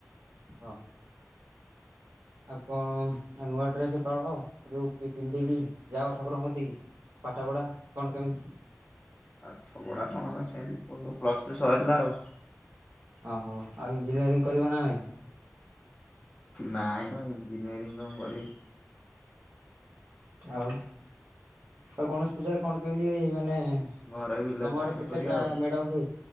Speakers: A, on the right (about 65°); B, on the left (about 25°).
A: ଅହ ଆଉ କଣ ଆଉ ନୂଆ ଡ୍ରେସ ପାଳ ଯୋଉ ପିନ୍ଧିକି ଯାଅ ଠାକୁରଙ୍କ କତିକି। ପାଠପଢ଼ା କଣ କେମିତି
B: ପାଠ ପଢା କଣ ସେମତି ପ୍ଲସ ଟୁ ସରିଲା ଆଉ
A: ଓହୋ ଆଉ ଇଞ୍ଜିନିୟରିଂ କରିବ ନା ନାଇଁ।
B: ନାଇଁ ମଁ ଇଞ୍ଜିନିୟରିଂ କଣ କରିବି। <inaudible>
A: ଆଉ ଆଉ ଗଣେଶ ପୂଜାରେ କଣ କେମିତି
B: <inaudible>
A: ମାନେ
B: ଘରେ ବିଲ
A: ତମ ଆଡେ
B: ଚାଷ
A: କେତେଟା
B: କରିବା ଆଉ।
A: ମେଢ ହୁଏ?